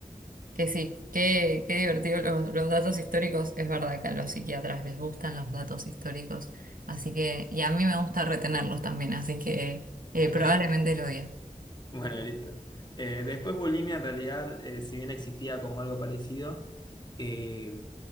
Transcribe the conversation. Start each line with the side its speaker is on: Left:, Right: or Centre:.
Right: que sí. Qué, qué divertido los, los datos históricos. Es verdad que a los psiquiatras les gustan los datos históricos. Así que, y a mí me gusta retenerlos también, así que eh,
Left: Ok,
Right: probablemente lo diga.
Left: <laughs> bueno, listo. Eh, después bulimia en realidad, eh, si bien existía como algo parecido, eh,